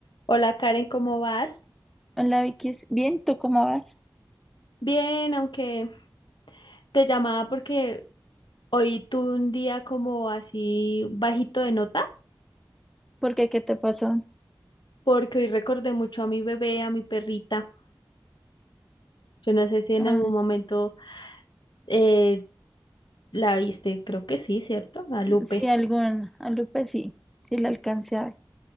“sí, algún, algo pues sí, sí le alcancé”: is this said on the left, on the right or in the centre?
Centre